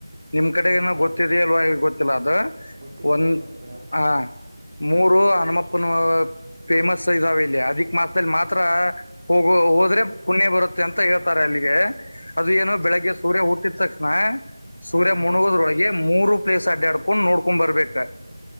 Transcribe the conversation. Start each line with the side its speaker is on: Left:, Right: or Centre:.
Left: ನಿಮ್ ಕಡೆ
Right: ಹಾಂ
Left: ಏನೋ
Right: ಬ್ರೋ
Left: ಗೊತ್ತಿದೆಲ್ವಾ ಗೊತ್ತಿಲ್ಲ ಅದು
Right: ಗೊತ್ತಿಲ್ಲ
Left: ಒಂದ
Right: ಬ್ರೋ ನಮ್ಮ ಕಡೆ
Left: ಹ ಮೂರು ಹನುಮಪ್ಪನ ಫೇಮಸ್ ಇದಾವ ಇಲ್ಲಿ ಅದಿಕ್ ಮಾಸದಲ್ಲಿ ಮಾತ್ರ. ಹೋಗೋ ಹೋದ್ರೆ ಪುಣ್ಯ ಬರುತ್ತೆ ಅಂತ ಹೇಳ್ತಾರೆ ಅಲ್ಲಿಗೆ ಅದು ಏನು ಬೆಳಿಗ್ಗೆ ಸೂರ್ಯ ಹುಟ್ಟಿ ತಕ್ಕ ಹಾ ಸೂರ್ಯ
Right: ಹಾಂ
Left: ಮುಣುಗೋದ್ರೊಳಗೆ
Right: ಬ್ರೋ
Left: ಮೂರು ಪ್ಲೇಸ್ ಅಡ್ಯಾಡ್ಕೊಂಡ್ ನೋಡ್ಕೊಂಡ್ ಬರ್ಬೇಕ.